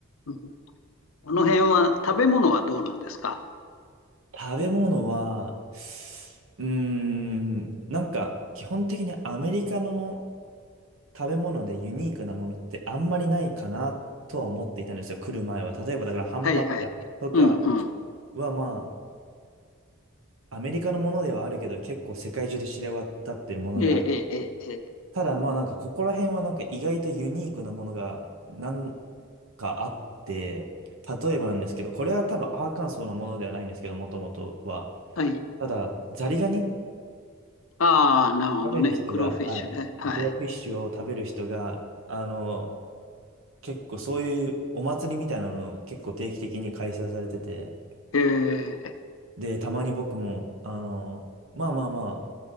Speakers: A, on the left; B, on the right.
A: うん、あの辺は食べ物はどうなんですか
B: 食べ物は、うーん、なんか基本的にアメリカの食べ物でユニークなものってあんまりないかなとは思っていたんですよ、来る前は。例えばだからハンバーガーとか
A: はいはい。うんうん。
B: はまあ、アメリカのものではあるけど、結構世界中で知れ渡ってるものである。
A: ええええええ。ええ
B: ただまあなんかここら辺はなんか意外とユニークなものがなんかあって、例えばなんですけど、これは多分アーカンソーのものではないんですけど、もともとは。
A: はい。
B: ただ、ザリガニ
A: ああ、なるほどね。
B: 食べる人が、
A: クローフィッシュね。
B: はい、
A: はい。
B: クラフィッシュを食べる人が、あの、結構そういうお祭りみたいなのを結構定期的に開催されてて、
A: ええ
B: で、たまに僕も、あの、まあまあま